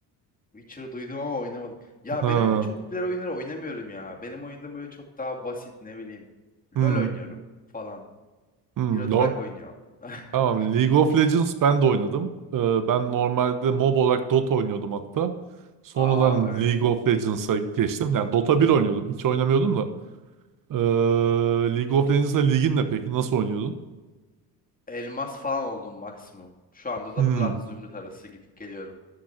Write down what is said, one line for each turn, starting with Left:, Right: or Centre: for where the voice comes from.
Left: Witcher duydum ama oynamadım. Ya
Right: Ha.
Left: ben öyle çok popüler oyunları oynamıyorum ya. Benim oynadığım böyle çok daha basit ne bileyim. LoL
Right: Hmm.
Left: oynuyorum falan.
Right: Hmm.
Left: Euro Truck
Right: No.
Left: oynuyorum. <laughs>
Right: Tamam League of Legends ben de oynadım. Ee, ben normalde mob olarak Dota oynuyordum hatta. Sonradan
Left: Aa evet.
Right: League of Legends'a geçtim. Yani Dota bir oynuyordum. 2 oynamıyordum da. Ee, League of Legends'a ligin ne peki? Nasıl oynuyordun?
Left: Elmas falan oldum maksimum. Şu anda da
Right: Hmm.
Left: plat zümrüt arası gidip geliyorum.